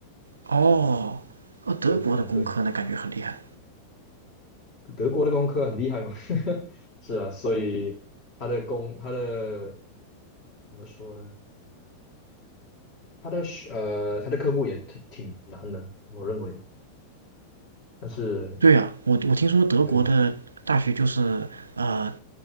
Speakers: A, on the right; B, on the left.
A: 哦，呃，德国的工科呢，
B: 德国对。
A: 感觉很厉害。
B: 德国的工科很厉害嘛，<laughs> 是啊，所以他的工他的怎么说呢？他的学呃他的科目也挺挺难的，我认为。但是
A: 对呀，我我听说德国的大学就是呃，
B: 对